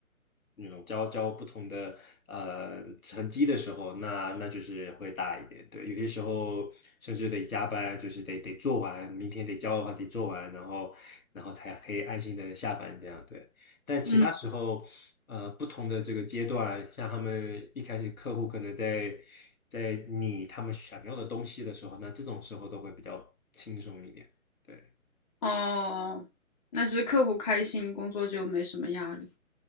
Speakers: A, on the left; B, on the left.
A: 那种交交不同的呃成绩的时候，那那就是会大一点。对，有些时候甚至得加班，就是得得做完，明天得交的话得做完，然后然后才可以安心的下班这样。对，但其他时候，
B: 嗯，
A: 呃，不同的这个阶段，像他们一开始客户可能在在拟他们想要的东西的时候，那这种时候都会比较轻松一点。对，
B: 哦，那就是客户开心，工作就没什么压力。